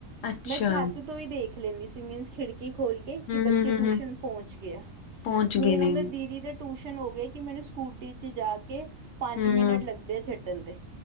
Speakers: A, on the left; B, on the right.
A: ਅੱਛਾ,
B: ਮੈਂ ਛੱਤ ਤੋਂ ਹੀ ਦੇਖ ਖ ਲੈਂਦੀ ਸੀ ਮੀਨਸ ਖਿੜਕੀ ਖੋਲ ਕੇ
A: ਹੂੰ-ਹੂੰ,
B: ਕਿ ਬੱਚੇ
A: ਹੂੰ-ਹੂੰ,
B: ਟਿਊਸ਼ਨ ਪਹੁੰਚ ਗਿਆ
A: ਪਹੁੰਚ
B: ਹੁਣ
A: ਗਏ ਨੇ
B: ਦੀਦੀ ਦਾ ਟਿਊਸ਼ਨ ਹੋ ਗਿਆ ਕਿ ਮੈਨੂੰ ਸਕੂ ਗੱਡੀ ਚ ਜਾ ਕੇ ਪੰਜ
A: ਹੂੰ,
B: ਮਿੰਟ ਲੱਗਦੇ ਆ ਛੱਡਣ ਤੇ